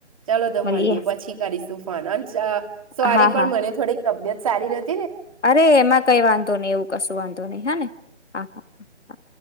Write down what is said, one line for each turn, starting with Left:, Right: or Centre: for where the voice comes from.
Right: ચાલ તો
Left: મળીએ
Right: મળએ પછી કરીશું ફોન અને સોરી
Left: હા
Right: પણ
Left: હા
Right: મને થોડીક તબિયત સારી રહે.
Left: અરે એમાં કઈ વાંધો નહી, એવું કશું વાંધો નહી હા. ને, હા. હા.